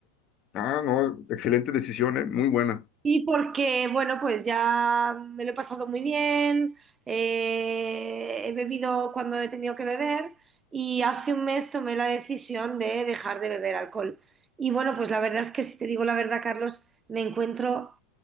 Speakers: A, on the left (about 40°); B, on the right (about 25°).
A: ah, no, excelente decisión, eh, muy buena.
B: Sí, porque, bueno, pues ya me lo he pasado muy bien, eh, he bebido cuando he tenido que beber y hace un mes tomé la decisión de dejar de beber alcohol. Y bueno, pues la verdad es que si te digo la verdad, Carlos, me encuentro